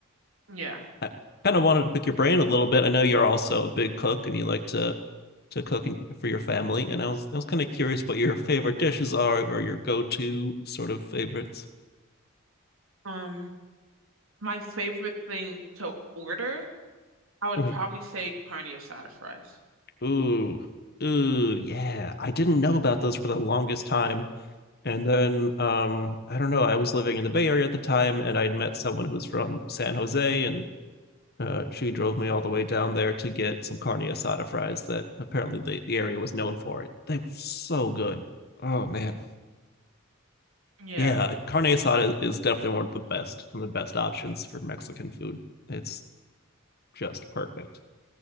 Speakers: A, on the right; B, on the left.
A: Yeah.
B: I kind of wanted to pick your brain a little bit. I know you're also a big cook, and you like to to cook for your family, and I was I was kind of curious what your favorite dishes are or your go-to sort of favorites.
A: Um, my favorite thing to order, I would
B: Mhm.
A: probably say carne asada fries.
B: Ooh, ooh, yeah. I didn't know about those for the longest time, and then um, I don't know. I was living in the Bay Area at the time, and I'd met someone who was from San Jose, and uh, she drove me all the way down there to get some carne asada fries that apparently the, the area was known for. It they were so good. Oh man.
A: Yeah.
B: yeah, carne asada is- is definitely one of the best, one of the best options for Mexican food. It's just perfect.